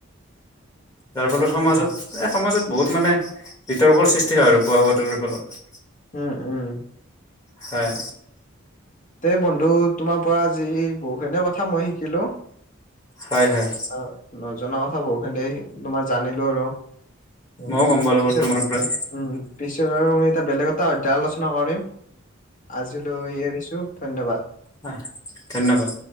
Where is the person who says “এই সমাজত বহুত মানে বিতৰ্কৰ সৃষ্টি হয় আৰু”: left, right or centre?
Left